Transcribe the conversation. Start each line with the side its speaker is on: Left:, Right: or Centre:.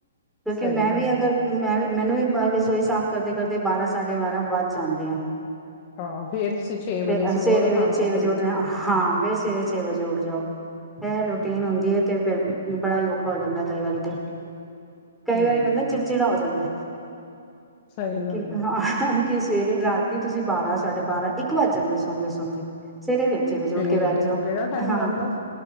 Centre: ਕਿਉਂਕਿ
Left: ਸਹੀ
Centre: ਮੈਂ
Left: ਗੱਲ
Centre: ਵੀ ਅਗਰ
Left: ਹੈ,
Centre: ਮੈਂ ਵੀ ਮੈਨੂੰ ਵੀ <unintelligible> ਰਸੋਈ ਸਾਫ਼ ਕਰਦੇ -ਕਰਦੇ ਬਾਰਾਂ ਸਾਢੇ ਬਾਰਾਂ ਵੱਧ ਜਾਂਦੇ ਆ।
Left: ਹਾਂ ਫੇਰ ਤੁਸੀਂ ਛੇ
Centre: ਤੇ
Left: ਵਜੇ ਸੁਬਹ
Centre: ਸਵੇਰੇ
Left: ਦਾ ਖਾਣਾ
Centre: ਛੇ
Left: ਉਹ
Centre: ਵਜੇ
Left: ਕਰਨਾ
Centre: ਉਠਨਾ
Left: ਹੁੰਦਾ।
Centre: ਹਾਂ। ਫੇਰ ਸਵੇਰੇ ਛੇ ਵਜੇ ਉੱਠ ਜਾਓ ਇਹ ਰੂਟੀਨ
Left: ਹੂੰ
Centre: ਹੁੰਦੀ ਹੈ। ਤੇ ਫੇਰ ਬੜਾ ਹੀ ਊਖ ਹੋ ਜਾਂਦਾ ਕਈ ਵਾਰੀ ਤੇ। ਕਈ
Left: ਹੂੰ,
Centre: ਵਾਰੀ ਬੰਦਾ ਚਿੜਚਿੜਾ ਹੋ ਜਾਂਦਾ।
Left: ਸਹੀ ਗੱਲ
Centre: ਕਿ
Left: ਆ,
Centre: ਹ। ਕਿ ਸਵੇਰੇ ਰਾਤੀ ਤੁਸੀਂ ਬਾਰਾਂ ਸਾਢੇ ਬਾਰਾਂ ਇੱਕ ਵੱਜ ਜਾਂਦਾ ਸਣਦੇ- ਸੌਣਦੇ ਸਵੇਰੇ ਵੇਖ ਛੇ ਵਜੇ
Left: ਫੇਰ
Centre: ਉੱਠ ਕੇ ਬੈਠ
Left: ਦੇਖੋ
Centre: ਜਾਓ
Left: ਕਿਹੜਾ ਟਾਈਮ
Centre: ਹਾਂ,
Left: ਰਹਿੰਦਾ।